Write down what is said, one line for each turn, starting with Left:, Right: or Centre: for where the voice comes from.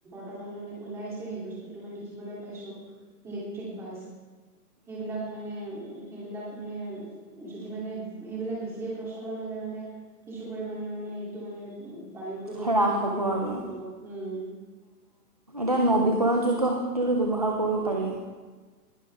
Centre: বৰ্তমান মানে ওলাইছে সেই বস্তুটো মই দেখিবলৈ পাইছো ইলেক্ট্ৰিক বাছ সেইবিলাক মানে সেইবিলাক মানে যদি মানে সেইবিলাক বেছিকে প্ৰচলন হলে মানে কিছু পৰিমণে মানে এইটো মানে বায়ু প্ৰদূষণটো
Right: হ্ৰাস হ'ব
Centre: মানে নিয়ন্ত্ৰণ
Right: আৰু
Centre: হ'ব উম
Right: তেওঁ নবীকৰণযোগ্য শক্তিৰো ব্যৱহাৰ কৰিব পাৰি